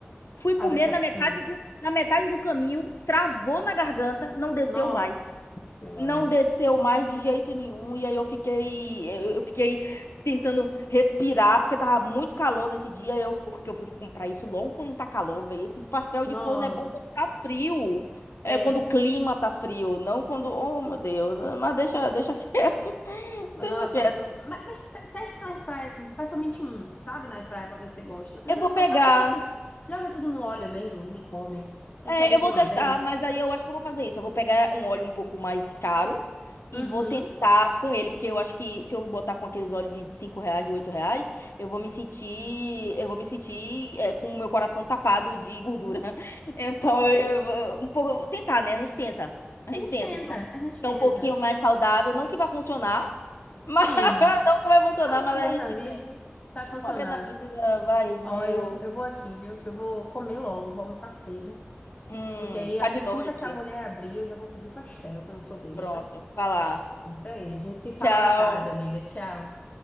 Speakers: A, on the left; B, on the left.
A: fui comer
B: a decepção.
A: na metade do, na metade do caminho, travou na garganta, não desceu
B: Nossa
A: mais
B: senhora.
A: não desceu mais de jeito nenhum e aí eu fiquei eu eu fiquei tentando respirar porque tava muito calor nesse dia. Eu, por que eu fui comprar isso logo quando tá calor, velho? Esses pastel
B: Nossa.
A: de forno é bom quando tá frio.
B: É,
A: É quando o clima tá frio, não quando, oh meu Deus, mas deixa, deixa <laughs> quieto.
B: Nossa,
A: Deixa quieto.
B: ma- mas, te- testa na airfryer assim, faz somente um, sabe, na airfryer pra ver se você gosta. Se
A: Eu
B: você
A: vou
B: não
A: pegar
B: gostar, pica tudo. Joga tudo no óleo mesmo, menina, e come. A
A: É,
B: gente só vive
A: eu vou
B: uma
A: testar,
B: vez.
A: mas aí eu acho que eu vou fazer isso. Eu vou pegar um óleo um pouco mais caro e
B: Uhum.
A: vou tentar com ele, porque eu acho que se eu botar com aqueles óleos de 5 reais, de 8 reais, eu vou me sentir, eu vou me sentir é, com o meu coração tapado de gordura. <laughs> Então, eu, eu vou- um pouco, eu vou tentar, né? A gente tenta. A gente
B: A gente
A: tenta.
B: tenta,
A: Assim, ó.
B: a gente
A: ser
B: tenta.
A: um pouquinho mais saudável, não que vai funcionar, mas
B: Sim,
A: <laughs> não que vai funcionar,
B: mas
A: mas
B: uma
A: a
B: vez
A: gente
B: na vida
A: tem.
B: vai funcionar.
A: Uma vez na vida, vai,
B: Olha,
A: eu.
B: eu vou aqui, viu? Que eu vou comer logo, vou almoçar cedo.
A: Hum,
B: Porque aí assim
A: pá de noite.
B: que essa mulher abrir, eu já vou pedir o pastel, que eu não sou besta.
A: Pronto, vai lá.
B: Isso aí. A gente se fala
A: Tchau.
B: mais tarde, amiga. Tchau.